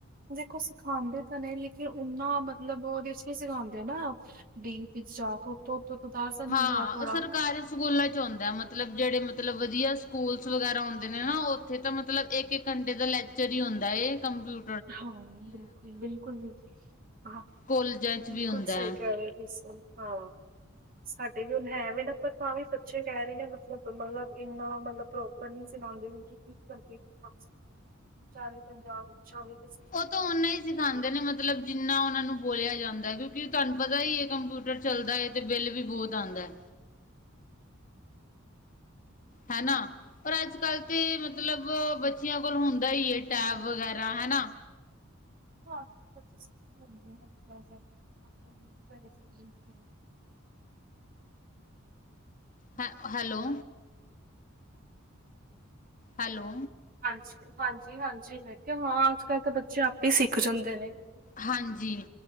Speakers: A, on the right; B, on the left.
A: ਦੇਖੋ, ਸਿਖਾਂਦੇ ਤਾਂ ਨੇ ਲੇਕਿ ਓਨਾ ਮਤਲਬ ਉਦੇ ਚ ਨੀ ਸਿਖਾਂਦੇ ਨਾ। ਡੀਪ ਵਿੱਚ ਜਾ ਕੇ ਉੱਤੋਂ-ਉੱਤੋਂ ਤਾਂ ਦੱਸ ਦੇਦੇ
B: ਹਾਂ,
A: ਨੇ ਥੋੜਾ-ਥੋੜਾ।
B: ਉਹ ਸਰਕਾਰੀ ਸਕੂਲਾਂ ਚ ਉਂਦਾ ਮਤਲਬ ਜਿਹੜੇ ਮਤਲਬ ਵਧੀਆ ਸਕੂਲਸ ਵਗੈਰਾ ਹੁੰਦੇ ਨੇ ਨਾ ਉੱਥੇ ਤਾਂ ਮਤਲਬ ਇੱਕ-ਇੱਕ ਘੰਟੇ ਦਾ ਲੈਕਚਰ ਈ ਹੁੰਦਾਏ ਕੰਪਿਊ
A: ਹਾਂ, ਬਿਲਕੁਲ-ਬਿਲਕੁਲ-ਬਿਲਕੁਲ। ਹਾਂ,
B: ਕੋਲਜਾਂ ਚ
A: ਬਿਲਕੁਲ
B: ਵੀ ਹੁੰਦਾ
A: ਸਈ
B: ਐ।
A: ਕਹਿ ਰਏ ਓ ਤੁਸੀਂ ਹਾਂ। ਸਾਡੇ ਵੀ ਹੁਣ ਹੈ ਵੇ ਨਾ ਪਰ ਤਾਂ ਵੀ ਬੱਚੇ ਕਹਿ ਰਏ ਨੇ ਮਤਲਬ-ਮਤਲਬ ਇੰਨਾ ਮਤਲਬ ਪ੍ਰੋਪਰ ਨੀ ਸਿਖਾਂਦੇ ਕਿਉਂਕਿ ਇਸ ਕਰਕੇ <unintelligible> ਚਾਲੀ-ਪਂਜਾ ਬੱਚੇ ਹੋਵੇ
B: ਉਹ ਤਾਂ ਓਨਾ ਹੀ ਸਿਖਾਂਦੇ
A: <unintelligible>
B: ਨੇ ਮਤਲਬ ਜਿੰਨਾ ਓਨਾ ਨੂੰ ਬੋਲਿਆ ਜਾਂਦਾ ਕਿਉਂਕਿ ਤਹਾਨੂੰ ਪਤਾ ਈ ਏ ਕੰਪਿਊਟਰ ਚੱਲਦਾ ਏ ਤੇ ਬਿੱਲ ਵੀ ਬੋਤ ਆਂਦਾ ਏ। ਹੈਨਾ। ਪਰ ਅੱਜ- ਕੱਲ ਤੇ ਮਤਲਬ ਬੱਚਿਆਂ ਕੋਲ ਹੁੰਦਾ ਈਏ ਟੈਬ ਵਗੈਰਾ ਹਨਾ।
A: <unintelligible>
B: ਹੈ - ਹੈਲੋ। ਹੈਲੋ।
A: ਹਾਂਜੀ-ਹਾਂਜੀ-ਹਾਂਜੀ, ਮੈਂ ਕਿਆ ਹਾਂ ਅੱਜ-ਕੱਲ੍ਹ ਤਾਂ ਬੱਚੇ ਆਪੇ ਈ ਸਿੱਖ ਜਾਂਦੇ ਨੇ।
B: ਹਾਂਜੀ।